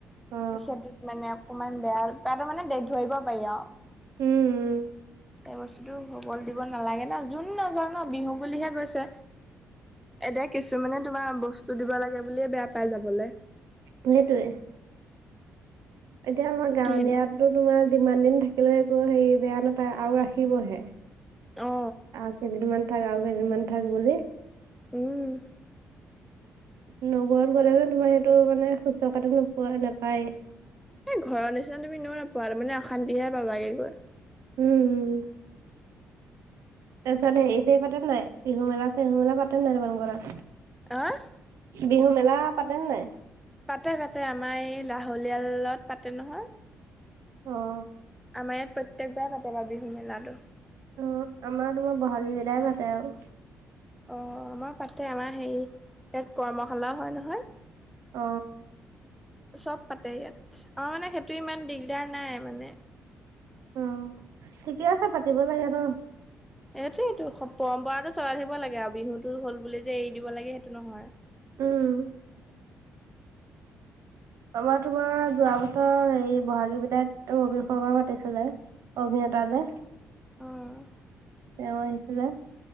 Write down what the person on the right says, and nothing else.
অ
উম উম
সেইটোৱে এতিয়া আমাৰ গাঁৱলীয়া
টো তোমাৰ যিমান দিন থাকিলে একো হেৰি বেয়া নাপায় আৰু ৰাখিবহে।
আৰু কেইদিনমান থাক আৰু কেইদিনমান থাক বুলি।
নগৰত গ'লেও নে তোমাৰ সেইটো মানে শুশ্ৰূষাটো নোপোৱা নাপায়।
উম উম তাৰপিছত সেই সেই পাতে নাই বিহু মেলা চেহু মেলা পাতে নাই তোমালোকৰ তাত
বিহু মেলা পাতে নে নাই?
অ,
উম আমাৰ তোমাৰ বহাগী বিদায় পাতে আৰু
অ।
উম ঠিকে আছে পাতিব লাগে ন?
উম আমাৰ তোমাৰ যোৱা বছৰ হেৰি বহাগী বিদায় ত ৰবি শৰ্মা মাতি ছিলে। অভিনেতা যে।
তেওঁ আহিছিলে